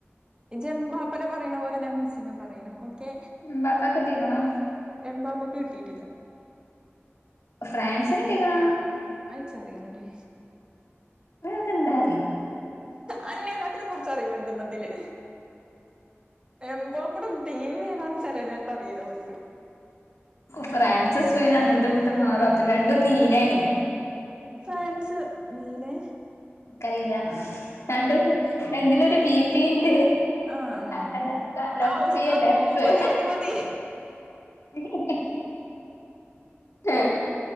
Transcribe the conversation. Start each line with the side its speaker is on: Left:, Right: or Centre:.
Right: ജെം ബാപ്പനെ പറയുന്ന പോലെ ഞാൻ മെസ്സിനെ പറയുന്നു ഓക്കെ.
Left: എം പാപ്പക്ക് കിട്ടിക്കണോ.
Right: എം ബാപ്പാക്ക് കിട്ടിയിട്ടില്ല.
Left: ഫ്രാൻസിന് കിട്ടിക്കണോ.
Right: അത് <unintelligible> അറിയില്ലടി.
Left: നിനക്കെന്തറിയാം.
Right: അന്നേ കാട്ടിലും കുറച്ചറിവ് ഇണ്ട് ഇന്ന് ഇതില്. എംബാപ്പെടെ ടീം ഏതാന്ന് ചില നേരത്ത അറിയില്ല ഓൾക്ക്.
Left: ഫ്രാൻസും, സ്പൈനും അങ്ങോട്ടും ഇങ്ങോട്ടും മാറും അത്ര രണ്ടും നീലണേ.
Right: ഫ്രാൻസ് നീലെ.
Left: എക്കറിയില്ല രണ്ടും രണ്ടിലൊരു ബി പി ഉണ്ട്.
Right: ആ ഉം
Left: <unintelligible>
Right: ഔ ഔ
Left: ലഫ്.
Right: മതി
Left: ഇ
Right: മതി മതി
Left: ഇ ഈ. <unintelligible>